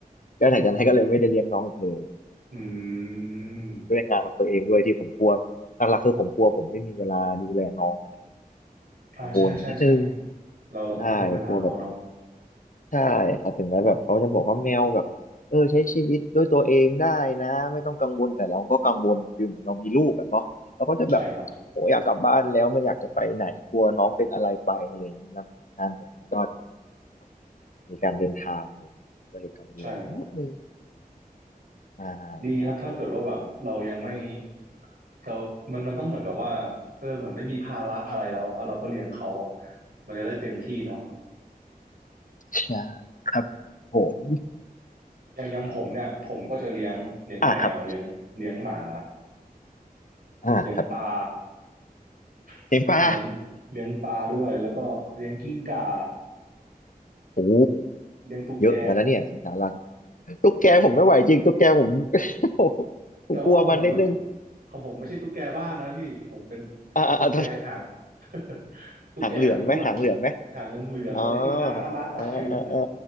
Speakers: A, on the left; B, on the right.
A: ก็ไหนจากนั้นก็เลยไม่ได้เลี้ยงน้องอีกเลย
B: อืม
A: ด้วยงานของตัวเองด้วยที่ผมกลัวหลักๆคือผมกลัวผมไม่มีเวลาดูแลน้อง
B: อ่าใช่ใช่ใช่
A: กังวลนิดนึง
B: เราเราต้องให้เวลาเขาเนาะ
A: ใช่กลัวแบบ ใช่ครับถึงแม้แบบเขาจะบอกว่าแมวแบบเออใช้ชีวิตด้วยตัวเองได้นะไม่ต้องกังวลแต่เราก็กังวลอะฟิลเหมือนเรามีลูกอะเนาะเราก็จะแบบโอ้อยากกลับบ้านแล้วไม่อยากจะไปไหนกลัวน้องเป็นอะไรไปอะไรอย่างเงี้ยแล้วงานผมมันก็
B: ใช่ครับ
A: มีการเดินทางอะไรอย่างเงี้ยก็เลยกังวลนิดนึง
B: ใช่ครับ
A: ใช่
B: ดีครับถ้าเกิดว่าแบบเรายังไม่
A: ครับผม
B: เรามันมันต้องเหมือนกับว่าเออเหมือนไม่มีภาระอะไรแล้วแล้วเราก็เลี้ยงเขาอะมันจะได้เต็มที่เนาะ
A: ใช่ครับผม
B: อย่างอย่างผมเนี่ยผมก็จะเลี้ยงเลี้ยงแมวเลี้ยงเลี้ยงหมา
A: อ่าครับอ่าครับ
B: เลี้ยงปลา <laughs>
A: เต็มปลา
B: เลี้ยงเลี้ยงปลาด้วยแล้วก็เลี้ยงกิ้งก่า
A: <laughs> โอ้
B: เลี้ยงตุ๊กแก
A: เยอะเหมือนกันนะเนี่ยสิงสาราตุ๊กแกผมไม่ไหวจริงตุ๊กแกผม <laughs> ผมกลัวมันนิดนึง
B: แต่ว่าของผมมันของผมไม่ใช่ตุ๊กแกบ้านนะพี่ผมเป็น
A: อ่าอ่า
B: ตุ๊กแกหาง <laughs> ตุ๊กแกหางอ้วน
A: หางเหลืองไหมหางเหลืองไหม
B: หางเหลืองๆอะไรที่มันน่ารักน่ารักอะฟิลนั้นอะ
A: อ๋ออ่าอ่าอ่า